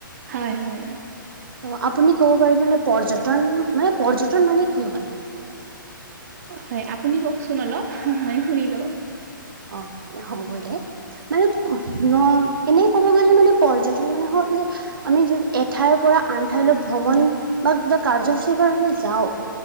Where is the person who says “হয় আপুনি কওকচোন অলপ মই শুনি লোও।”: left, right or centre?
Right